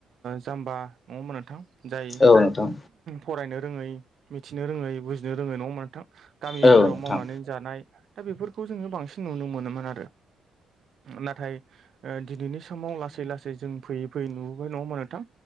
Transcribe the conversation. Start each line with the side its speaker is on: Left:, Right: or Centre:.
Right: जाम्बा नङामोन नोंथां। जाय
Left: औ नोंथां
Right: फरायनो रोङै मिथिनो रोङै बुजिनो रोङै नङा ओमबा नोंथां गामिफोराव
Left: औ नोंथां
Right: मावनानै जानाय दा बेफोरखौ जोङो बांसिन नुनो मोनोमोन आरो नाथाय ओ दिनैनि समाव लासै लासै जों फैयै फैयै नुबोबाय नङा नोंथां